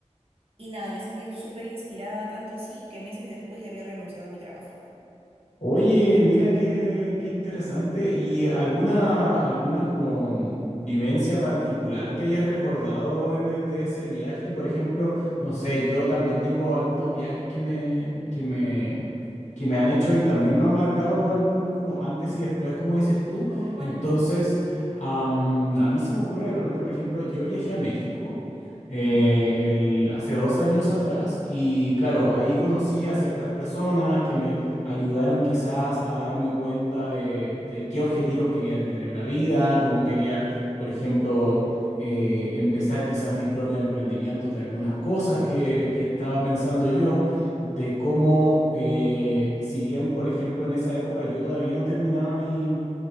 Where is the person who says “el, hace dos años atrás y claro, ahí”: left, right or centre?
Left